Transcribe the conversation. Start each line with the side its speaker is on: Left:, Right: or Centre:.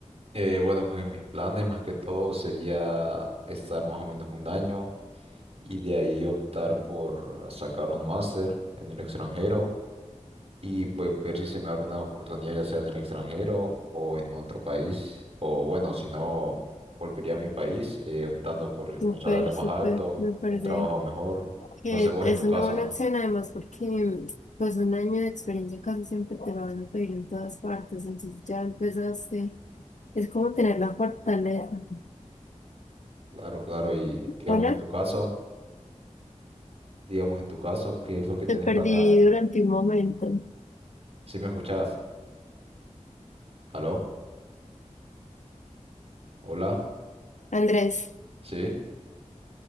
Right: Eh, bueno, pues mis planes más que todo sería estar más o menos un año. y de ahí optar por sacar un máster en el extranjero y pues ver si se me abre una oportunidad ya sea en el extranjero o en otro país o bueno, si no volvería a mi país eh, optando por
Left: Súper,
Right: un salario más
Left: súper.
Right: alto,
Left: Me parece
Right: un trabajo mejor,
Left: que
Right: no sé vos
Left: es
Right: en tu caso.
Left: una buena opción además porque pues un año de experiencia casi siempre te lo van a pedir en todas partes. Entonces ya empezaste. Es como tener la fortaleza.
Right: Claro, claro, y digamos
Left: Hola,
Right: en tu caso, digamos en tu caso, ¿qué es lo que tenés
Left: te perdí
Right: planeado?
Left: durante un momento.
Right: ¿Sí me escuchás? ¿Aló? ¿Hola?
Left: Andrés,
Right: ¿Sí?